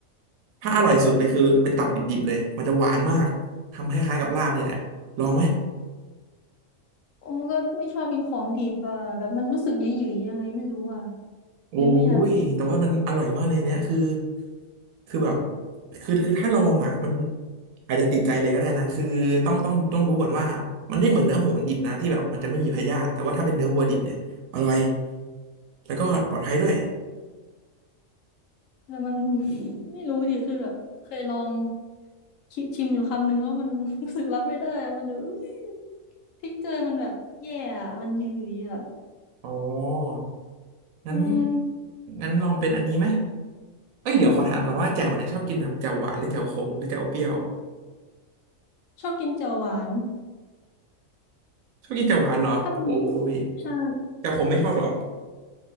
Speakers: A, on the right; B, on the left.
A: ถ้าอร่อยสุดเลยคือเป็นตับดิบๆเลยมันจะหวานมากทำคล้ายๆกับลาบนี่แหละลองไหม
B: โอ้ก็ไม่ชอบกินของดิบอ่ะแบบมันรู้สึกหยิ่ยๆยังไงไม่รู้อ่ะ
A: โอ้
B: เลยไม่อยากกิน
A: ยแต่ว่ามันอร่อยมากเลยเนี่ยคือคือแบบคือ คือถ้าลองอ่ะมันอาจจะติดใจเลยก็ได้นะ คือต้องต้องต้องรู้ก่อนว่ามันไม่เหมือนเนื้อหมูดิบนะที่แบบมันจะไม่มีพยาธิแต่ว่าถ้าเป็นเนื้อวัวดิบเนี่ยอร่อยแล้วก็ปลอดภัยด้วย
B: แล้วมัน <laughs> ไม่รู้ดิคือแบบเคยลองคิดชิมอยู่คำนึงแล้วมัน <laughs> รู้สึกรับไม่ได้อะมันดบบทิกเจอร์มันแบบแย่อะมันหยิ่ยๆอ่ะ
A: อ๋องั้น
B: อืม
A: งั้นลองเป็นอันนี้ไหมเอ้ยเดี๋ยวขอถามก่อนว่าแจ่วเนี่ยชอบกินแบบแจ่วหวานหรือแจ่วขมหรือแจ่วเปรี้ยว
B: ของชอบกินแจ่วหวาน
A: ชอบกินแจ่วหวานเหรอโอ้ย
B: ถ้าเป็นใช่
A: แจ่วขมไม่ชอบเหรอ